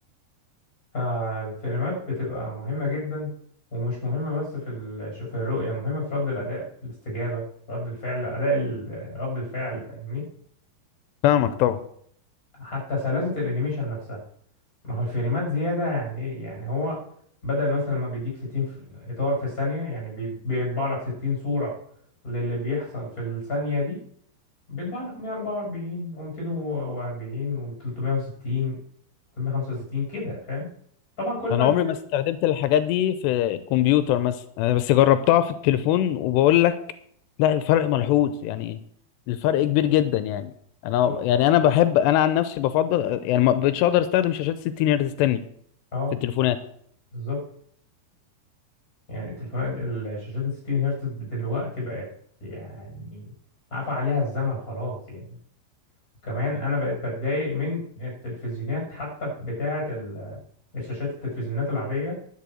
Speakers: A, on the left; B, on the left.
A: فالفريمات بتبقى مهمة جدا ومش مهمة بس في ال- في الرؤية مهمة في رد الأداء في الاستجابة رد الفعل أداء ال- رد الفعل فاهمني
B: فاهمك طبعا
A: فحتى سلاسة الأنيميشن نفسها ما هو الفريمات زيادة يعني إيه يعني هو بدل مثلا ما بيديك 60 ف- إطار في الثانية يعني بي- بيطبع لك 60 صورة للي بيحصل في الثانية دي بيطبع لك 144 و240 و360 365 كده فاهم طبعا كل
B: انا
A: ما الفيلم
B: عمري ما استخدمت الحاجات دي في الكمبيوتر مثلا انا بس جربتها في التليفون وبقول لك لا الفرق ملحوظ يعني الفرق كبير جدا يعني انا
A: طبعا
B: يعني انا بحب انا عن نفسي بفضل يعني ما بقتش اقدر استخدم شاشات 60 هرتز تاني
A: اه
B: في التليفونات
A: بالظبط يعني التليفونات الشاشات ال 60 هرتز دلوقتي بقت يعني عفى عليها الزمن خلاص يعني كمان انا بقيت بتضايق من التلفزيونات حتى بتاعه ال- الشاشات التلفزيونات العاديه